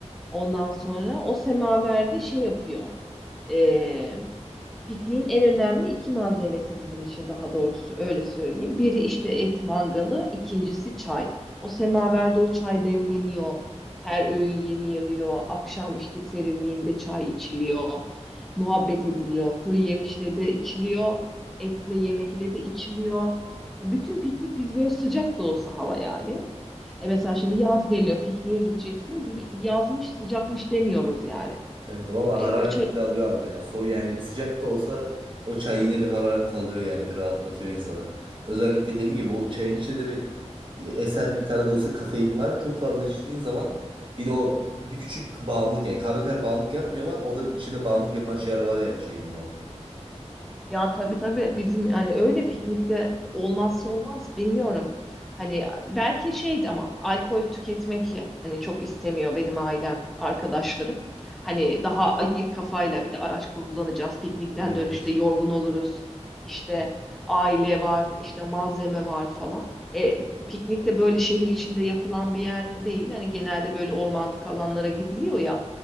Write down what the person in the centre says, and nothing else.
Ondan sonra o semaverde şey yapıyor. Ee, pikniğin en önemli iki malzemesi bizim için daha doğrusu öyle söyleyeyim. Biri işte et mangalı, ikincisi çay. O semaverde o çay demleniyor. Her öğün yeniliyor. Akşam işte serinliğinde çay içiliyor. Muhabbet ediliyor. Kuru yemişle de içiliyor. Etle yemekle de içiliyor. Ha, bütün piknik biz böyle sıcak da olsa hava yani. E mesela şimdi yaz geliyor, pikniğe gideceksiniz. Y- Yazmış, sıcakmış demiyoruz yani.
E,
o
Ya tabii tabii bizim hani öyle piknikte olmazsa olmaz bilmiyorum. Hani belki şeydi ama alkol tüketmek yani çok istemiyor benim ailem, arkadaşlarım. Hani daha ayık kafayla bir de araç kullanacağız. Piknikten
dönüşte yorgun oluruz. İşte aile var, işte malzeme var falan. E, piknik de böyle şehir içinde yapılan bir yer değil. Hani genelde böyle ormanlık alanlara gidiliyor ya.